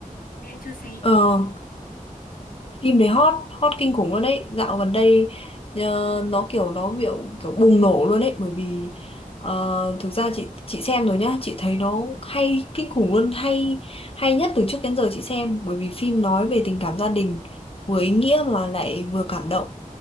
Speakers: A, on the left (about 80°); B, on the left (about 40°).
A: nên em chưa xem.
B: Ờ phim đấy hot hot kinh khủng luôn đấy dạo gần đây ờ, nó kiểu nó kiểu kiểu bùng nổ luôn đấy bởi vì ờ, thực ra chị chị xem rồi nhá chị thấy nó hay kinh khủng luôn hay hay nhất từ trước đến giờ chị xem bởi vì phim nói về tình cảm gia đình vừa ý nghĩa mà lại vừa cảm động